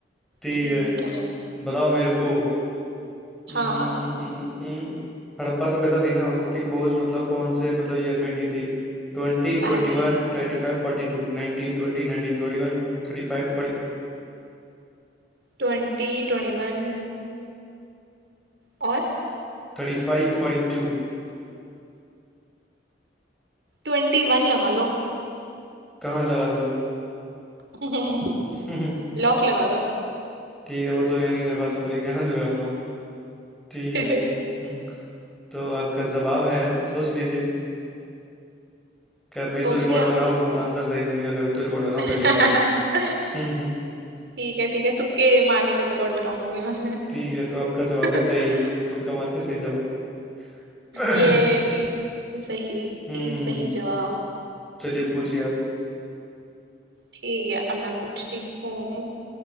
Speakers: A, in the centre; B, on the right.
A: ठीक
B: ठीक
A: है
B: है
A: बताओ मेरे को हम्म,
B: हाँ
A: हम्म, हम्म, हम्म, हड़प्पा सभ्यता थी ना उसकी खोज मतलब कौन से मतलब ईयर में की थी Twenty twenty
B: अरे
A: one thirty five forty two nineteen twenty nineteen twenty one thirty five
B: ट्वेंटी ट्वेंटी वन और
A: Thirty five forty two
B: ट्वेंटी वन लगा लो
A: कहाँ लगा दूँ
B: <laughs>
A: <laughs>
B: लॉक लगा दो
A: ठीक है वो तो है नहीं मेरे पास अब लेके आना तो लगाऊंगा ठीक
B: <laughs>
A: है हम्म, तो आपका जवाब है सोच लीजिए कभी
B: सोच
A: तो रिकॉर्ड
B: लिया
A: बनाओ आंसर सही देने का कभी तो रिकॉर्ड बनाओ
B: <laughs>
A: पहली बार में हम्म, हम्म,
B: ठीक है ठीक है तुक्के मारने का रिकॉर्ड बनाऊंगी मैं
A: ठीक है तो आपका जवाब
B: <laughs>
A: है सही तुक्का मार के सही जवाब <coughs>
B: ये
A: <clears throat>
B: तीन सही
A: हम्म
B: तीन सही जवाब
A: चलिए पूछिए आप
B: ठीक है अब मैं पूछती हूँ